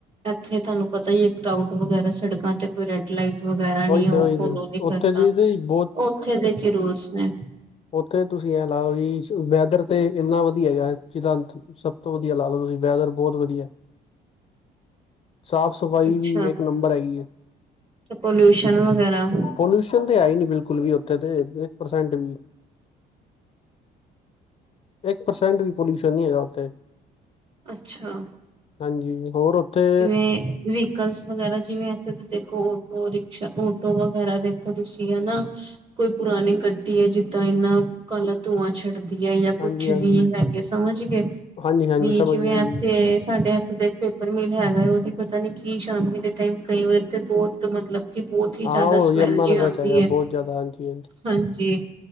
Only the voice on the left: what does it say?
ਉਹੀ
ਤੇ
ਉਹੀ
ਤੇ
ਉੱਥੇ ਜੀ ਤੇ ਬਹੁਤ
ਉੱਥੋ ਤੁਸੀਂ ਐਂ ਲਾਓ ਜੀ, ਸ ਵੈਦਰ ਤੇ ਏਨਾ ਵਧੀਆ ਹੈਗਾ ਜ ਜਿਦਾ ਅੰਤ ਨੀ ਸਭ ਤੋਂ ਤੋਂ ਵਧੀਆ ਲਾ ਲਓ, ਤੁਸੀਂ ਵੈਦਰ ਬਹੁਤ ਵਧੀਆ ਸਾਫ਼ ਸਫ਼ਾਈ
ਵੀ ਇੱਕ ਨੰਬ ਬਰ ਹੈਗੀ ਏ।
ਪੋਲਿਊਸ਼ਨ ਤੇ ਹੈ ਈ ਨਈ ਬਿਲਕੁਲ ਵੀ ਉੱਥੇ ਤੇ ਇੱਕ ਪਰਸੈ਼ਂਟ ਵੀ। ਏਕ ਪਰਸੈਂੱਟ ਵੀ ਪੋਲਿਊਸ਼ਨ ਨਹੀਂ ਹੈਗਾ ਓਥੇ।
ਹਾਂਜੀ ਹੋਰ ਓੱਥੇ
ਹਾਂਜੀ
ਹਾਂਜੀ
ਹਾਂਜੀ ਹਾਂਜੀ
ਸਮਝ
ਗਿਆ ਜੀ
ਹਾਂ
ਉਹ
ਯਮੁਨਾ
ਨਗਰ
ਚ ਹੈਗਾ
ਬਹੁਤ ਜ਼ਿਆਦਾ ਹਾਂਜੀ ਹਾਂਜੀ